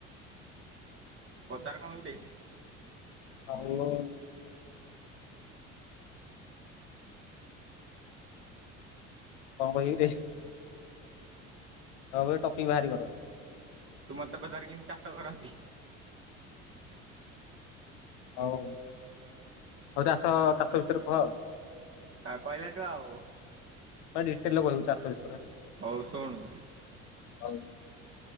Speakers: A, on the right; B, on the left.
A: ପଚାର କଣ ଗୋଟେ?
B: ଆଉ କଁ କହିବିରେ? ତାପରେ ଟପିକ ବାହାରି ବ ରଅ।
A: ତୁ ମତେ ପଚାର କେନି ଚାଷ କରନ୍ତି।
B: ହଉ, ହଉ ଚାଷ ଚାଷ ବିଷୟରେ କୁହ ଆଉ।
A: ଆ କହିଲାଠୁ ଆଉ।
B: ଡିଟେଲ କହିବୁ ଚାଷ ବିଷୟରେ ହେଲା।
A: ହଉ ଶୁଣୁ।
B: ହଉ